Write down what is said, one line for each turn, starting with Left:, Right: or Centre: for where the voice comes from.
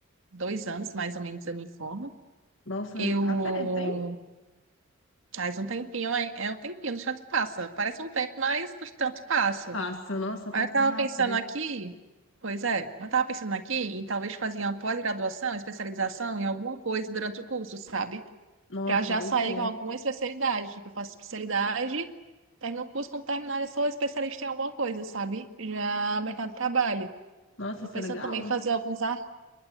Right: dois anos, mais ou menos, eu me formo.
Left: Nossa,
Right: Eu
Left: tá certo, hein?
Right: faz um tempinho, é, é um tempinho, no tanto passa. Parece um tempo, mas no tanto passa.
Left: Passa, nossa,
Right: Aí
Left: passa
Right: eu tava
Left: rápido.
Right: pensando aqui, pois é, eu tava pensando aqui em talvez fazer uma pós-graduação, especialização em alguma coisa durante o curso, sabe?
Left: Nossa,
Right: Pra já
Left: boa
Right: sair
Left: ideia.
Right: com alguma especialidade. Tipo, eu faço especialidade, termino o curso, quando terminar, eu sou especialista em alguma coisa, sabe? Já mercado de trabalho.
Left: Nossa,
Right: Tô
Left: isso
Right: pensando
Left: é legal.
Right: também em fazer alguns ar.